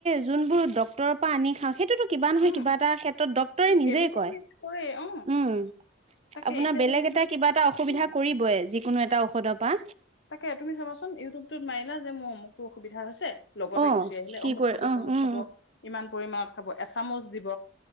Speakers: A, on the right; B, on the left.
A: যতনবোৰ ডক্টৰ পৰা আনি। থাকে কিবা নহয়
B: উম
A: কিবা এটা ক্ষেত্ৰত ডক্তৰে নিজেই
B: কেমিকেল
A: কয়
B: মিক্স কৰে অ
A: উম
B: তাকে
A: আপোনাৰ
B: এতিয়া
A: বেলেগ
B: যদি আমি
A: এটা
B: <unintelligible>
A: কিবা এটা অসুবিধা
B: ন
A: কৰিবই কোনো এটা ঔষধৰ পৰাা
B: তাকে তুমি চাবাচোন ইউটিউবটোত মাৰিলা যে মোৰ অমুকতো অসুবিধা হৈছে <unintelligible> লগতে
A: অ
B: গুচি আহিলে
A: কি
B: অমুক
A: কৰি
B: খাব
A: অ
B: তমুক
A: উম
B: খাব ইমান পৰিমামানত খাব হ এচামুচ দিব